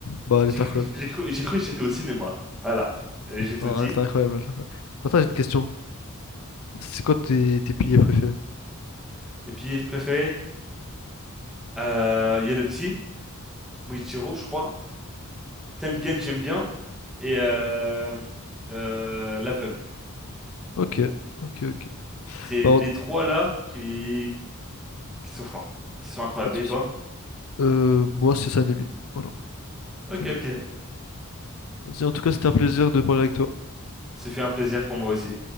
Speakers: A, on the left; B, in the centre.
A: Bah, elle
B: J'ai
A: est
B: cru,
A: incroyable.
B: j'ai cru, j'ai cru que j'étais au cinéma. Voilà. Euh, J'ai tout
A: Non,
B: dit.
A: elle est incroyable. elle est incroyable. Maintenant, j'ai une question. C'est quoi tes, tes piliers préférés?
B: Et puis, je préféré. euh, Il y a le petit, Moichiro, je crois. Tengen, j'aime bien. Et euh, euh, l'aveugle.
A: Ok, ok, ok.
B: C'est
A: Bah,
B: les
A: en-
B: trois là qui, qui sont forts, qui sont incroyables.
A: pas de souci.
B: Et toi?
A: Euh, moi, c'est Sanemi. Voilà.
B: Ok,
A: Sanemi.
B: ok.
A: Vas-y, en tout cas, c'était un plaisir de parler avec toi.
B: Ce fait un plaisir pour moi aussi.